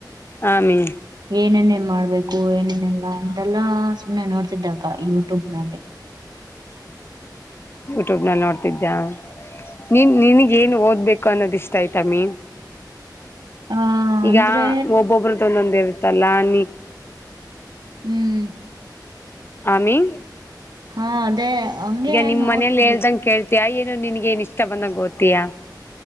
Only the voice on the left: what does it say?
ಆ ಅಮ್ಮೀ.
ಯೂಟ್ಯೂಬ್ ನಲ್ಲಿ ನೋಡ್ತಿದ್ದ ನೀನ್ ನಿನಗ ಏನ್ ಓದ್ಬೇಕು ಅನ್ನೋದ ಇಷ್ಟ ಐತ್ ಅಮ್ಮೀ.
ಈಗ
ಒಬ್ಬೊಬ್ರದ ಒಂದೊಂದ ಇರ್ತ್ತಲ್ಲ ನೀ
ಆಮ್ಮಿ.
ನಿಮ್
ಮನೇಲಿ
<unintelligible> ನಿನ್ಗ ಏನ್ ಇಷ್ಟ ಬಂದಂಗ ಓತಿಯಾ.